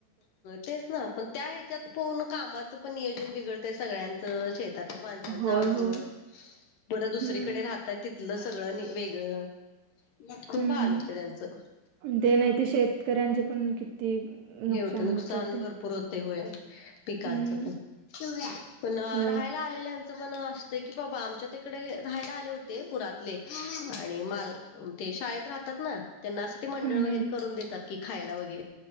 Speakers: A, on the left (about 65°); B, on the right (about 75°).
A: तेच ना पण त्या ह्याच्यात पूर्ण कामाच पण नियोजन बिघडतंय सगळ्यां शेतातल्या माणसच
B: होय
A: अवघड
B: होय
A: बर दुसरीकडे
B: हम्म
A: राह तिथलं सगळं नी वेगळं खूप
B: हम्म.
A: हाल होते त्यांचं
B: ते नाही ते शेतकऱ्यांचे पण किती
A: हे होतं नुकसान
B: होत जाते
A: भरपू पूर होतंय व्हय पिकांचे
B: हम्म
A: पण
B: होय
A: राहायला. च पण असत की बाबा आमच्या तिकडे राहायला आले होते पुरातले आणि माल ते शाळेत राहतात ना त्यांना असं ते मंडळ
B: हम्म
A: वगैरे
B: हम्म
A: करून देतात की खायला वगैरे